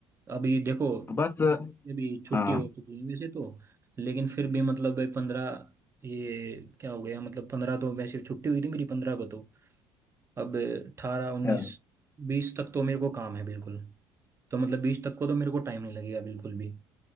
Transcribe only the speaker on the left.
बस
हाँ
अच्छा